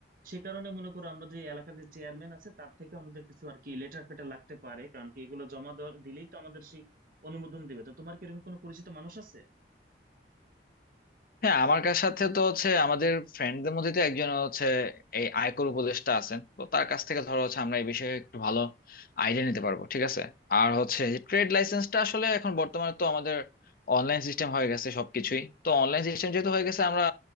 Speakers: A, on the right; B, on the left.
A: সে কারণে মনে করো আমরা যে এলাকার যে চেয়ারম্যান আছে তার থেকে আমাদের কিছু আর কি লেটার ফেটার লাগতে পারে কারণ কি এগুলো জমা দেওয়া- দিলেই তো আমাদের সেই অনুমোদন দিবে তো তোমার কি এরকম কোনো পরিচিত মানুষ আছে
B: হ্যাঁ আমার কার সাথে তো হচ্ছে আমাদের ফ্রেন্ডদের মধ্যে তো একজন হচ্ছে এই আয়কর উপদেষ্টা আছেন তো তার কাছ থেকে ধরো হচ্ছে আমরা এই বিষয়ে একটু ভালো আইডিয়া নিতে পারবো ঠিক আছে আর হচ্ছে যে ট্রেড লাইসেন্সটা আসলে এখন বর্তমানে তো আমাদের অনলাইন সিস্টেম হয়ে গেছে সবকিছুই তো অনলাইন সিস্টেম যেহেতু হয়ে গেছে আমরা